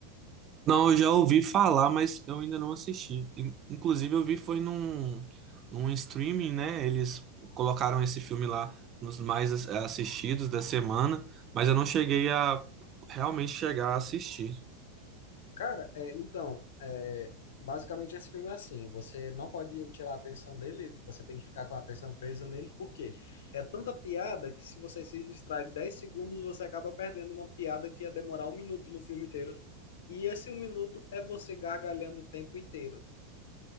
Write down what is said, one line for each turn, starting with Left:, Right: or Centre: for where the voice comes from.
Right: Não, eu já ouvi falar, mas eu ainda não assisti. In- Inclusive, eu vi foi num, num streaming, né? Eles colocaram esse filme lá nos mais as- assistidos da semana, mas eu não cheguei a realmente chegar a assistir.
Left: Cara, é, então, é, basicamente esse filme é assim: você não pode tirar a atenção dele, você tem que ficar com a atenção presa nele, por quê? É tanta piada que se você se distrai 10 segundos, você acaba perdendo uma piada que ia demorar um minuto no filme inteiro. E esse um minuto é você gargalhando o tempo inteiro.